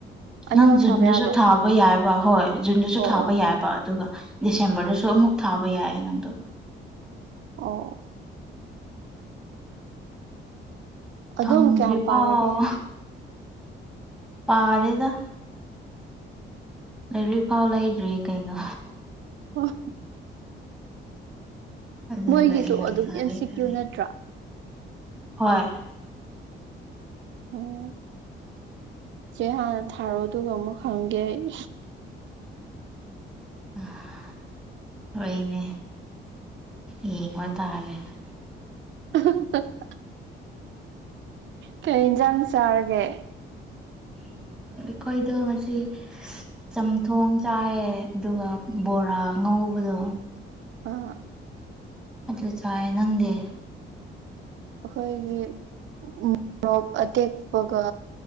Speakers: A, on the right; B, in the centre.
A: ꯑꯅꯤꯃꯛ
B: ꯅꯪ ꯖꯨꯟꯗꯁꯨ
A: ꯊꯥꯕ ꯌꯥꯕ꯭ꯔꯥ
B: ꯊꯥꯕ ꯌꯥꯏꯕ ꯍꯣꯏ ꯖꯨꯟꯗꯁꯨ
A: ꯑꯣ
B: ꯊꯥꯕ
A: ꯑꯣ
B: ꯌꯥꯕ ꯑꯗꯨꯒ ꯗꯤꯁꯦꯝꯕꯔꯗꯁꯨ ꯑꯃꯨꯛ ꯊꯥꯕ ꯌꯥꯏ ꯅꯪꯗꯣ
A: ꯑꯣ ꯑꯗꯨꯝ
B: ꯐꯪꯗ꯭ꯔꯤꯐꯥꯎ
A: ꯀꯌꯥꯝ ꯄꯥꯔꯒꯦ
B: ꯄꯥꯗꯦꯗ ꯂꯩꯔꯤꯛ ꯐꯥꯎ ꯂꯩꯗ꯭ꯔꯤꯌꯦ ꯀꯩꯅꯣ
A: ꯑꯣ
B: ꯑꯗꯨꯒ
A: ꯃꯣꯏꯒꯤꯁꯨ
B: ꯑꯦꯛꯖꯥꯝ
A: ꯑꯗꯨꯝ
B: ꯊꯥꯒꯦ
A: ꯑꯦꯝ ꯁꯤ
B: ꯈꯜꯂꯦ
A: ꯀ꯭ꯌꯨ ꯅꯠꯇ꯭ꯔꯥ
B: ꯍꯣꯏ
A: ꯎꯝ ꯆꯦ ꯍꯥꯟꯅ ꯊꯥꯔꯣ ꯑꯗꯨꯒ ꯑꯃꯨꯛ ꯍꯪꯒꯦ ꯑꯩ
B: <inaudible> ꯍꯣꯏꯅꯦ ꯌꯦꯡꯕ ꯇꯥꯔꯦ
A: <inaudible> ꯀꯩ ꯏꯟꯖꯥꯡ ꯆꯥꯔꯒꯦ
B: ꯑꯩꯈꯣꯏꯗꯣ ꯉꯁꯤ ꯆꯝꯊꯣꯡ ꯆꯥꯌꯦ ꯗꯨꯒ ꯕꯣꯔꯥ ꯉꯧꯕꯗꯣ
A: ꯑꯥ
B: ꯑꯗꯨ ꯆꯥꯌꯦ ꯅꯪꯗꯤ
A: ꯑꯩꯈꯣꯏꯒꯤ ꯃꯣꯔꯣꯛ ꯑꯇꯦꯛꯄꯒ